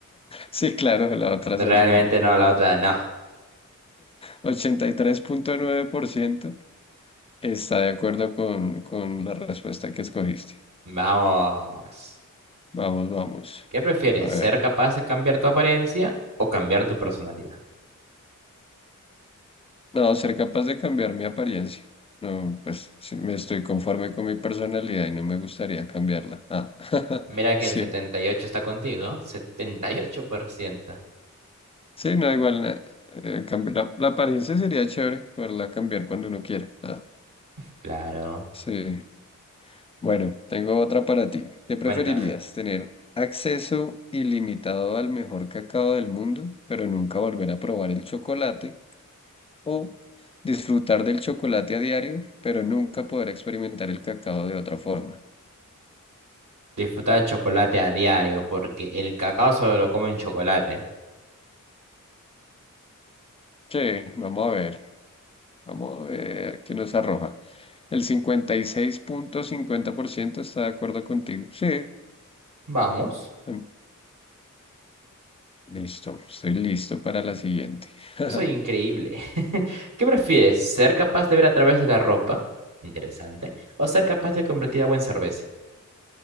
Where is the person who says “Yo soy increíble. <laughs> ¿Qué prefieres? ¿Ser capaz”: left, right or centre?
Right